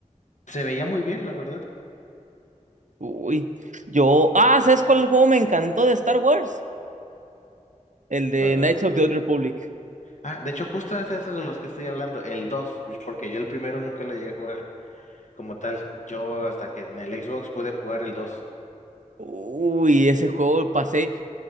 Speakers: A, on the left; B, on the right.
A: se veía muy bien, la verdad.
B: uy. Yo, ah, ¿sabes cuál juego me encantó de Star Wars? El de
A: ¿Cuál, cuál,
B: Knights
A: cuál,
B: of
A: cuál?
B: the Old Republic.
A: Ah, de hecho, justo es eso de los que estoy hablando, el dos porque yo el primero nunca lo llegué a jugar como tal. Yo hasta que en el Xbox pude jugar el dos
B: Uy, ese juego pasé